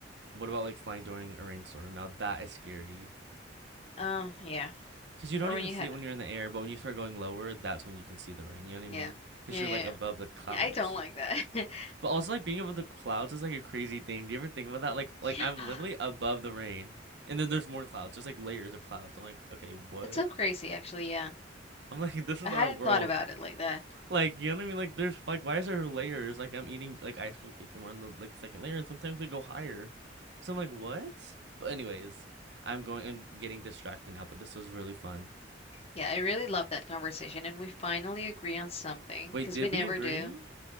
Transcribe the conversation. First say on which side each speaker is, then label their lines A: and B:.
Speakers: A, on the right; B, on the left.
A: What about like flying during a rainstorm? Now that is scary.
B: Oh yeah.
A: Because you don't
B: Or when
A: even
B: you
A: see
B: have
A: it when you're in the air, but when you start going lower, that's when you can see the rain. You know what
B: yeah.
A: I mean? Because
B: Yeah,
A: you're
B: yeah,
A: like
B: yeah.
A: above the clouds.
B: Yeah, I don't like that. <laughs>
A: But also like being above the clouds is like a crazy thing. Do you ever think about that? Like like
B: Yeah.
A: I'm literally above the rain, and then there's more clouds. There's like layers of clouds. I'm like, okay, what?
B: That's so crazy actually, yeah.
A: I'm like, <laughs> this is
B: I hadn't
A: our world.
B: thought about it like that.
A: Like, you know what I mean? Like, there's like, why is there layers? Like, I'm eating like ice cream cake, and we're on the like second layer, and sometimes they go higher. So I'm like, what? But anyways, I'm going. I'm getting distracted now. But this was really fun.
B: Yeah, I really love that conversation, and we finally agree on something
A: Wait,
B: because
A: did
B: we never
A: we agree?
B: do.